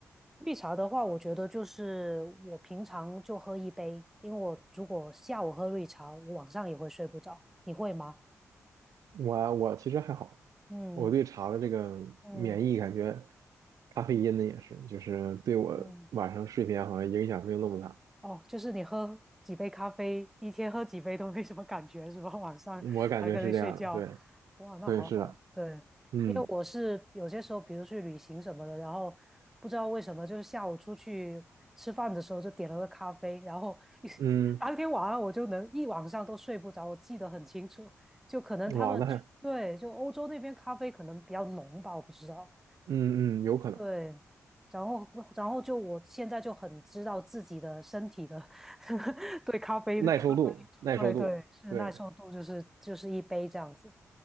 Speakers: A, in the centre; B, on the right.
A: 绿茶的话，我觉得就是我平常就喝一杯，因为我如果下午喝绿茶，我晚上也会睡不着。你会吗？
B: 我我其实还好，
A: 嗯
B: 我对茶的这个免疫感觉，
A: 嗯
B: 咖啡因呢也是，就是对我晚上睡眠好像影响没有那么大，
A: 嗯。哦，就是你喝几杯咖啡，一天喝几杯都没什么感觉，是吧？<laughs> 晚上还可以睡觉，
B: 我感觉是这样的，对
A: 哇，那好好啊。
B: 对是的，
A: 对，
B: 嗯
A: 因为我是有些时候，比如去旅行什么的，然后不知道为什么，就是下午出去吃饭的时候就点了个咖啡，然后一
B: 嗯，
A: <laughs> 当天晚上我就能一晚上都睡不着，我记得很清楚。就可能他们就对，
B: 哇，那还。
A: 就欧洲那边咖啡可能比较浓吧，我不知道。
B: 嗯嗯，有可能，
A: 对，然后然后就我现在就很知道自己的身体的 <laughs> 对咖啡的咖啡因素对对，
B: 耐受度，耐受度，
A: 是耐受度，
B: 对，
A: 就是就是一杯这样子。